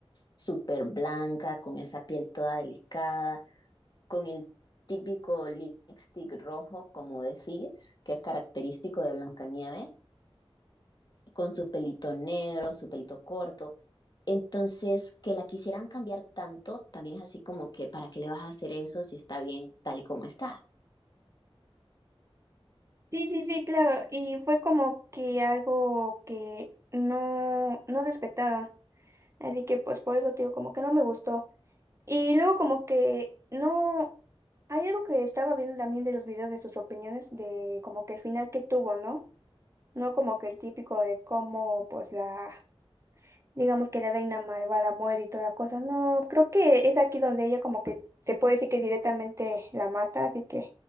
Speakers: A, on the left; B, on the right.
A: súper blanca, con esa piel toda delicada, con el típico lipstick rojo, como decís, que es característico de Blancanieves, con su pelito negro, su pelito corto. Entonces, que la quisieran cambiar tanto, también es así como que, ¿para qué le vas a hacer eso si está bien tal y como está?
B: Sí, sí, sí, claro, y fue como que algo que no, no respetaron, así que pues por eso te digo, como que no me gustó. Y luego como que no, hay algo que estaba viendo también de los videos de sus opiniones, de como que el final que tuvo, ¿no? No como que el típico de cómo pues la, digamos que la reina malvada muere y toda la cosa, no, creo que es aquí donde ella como que se puede decir que directamente la mata, así que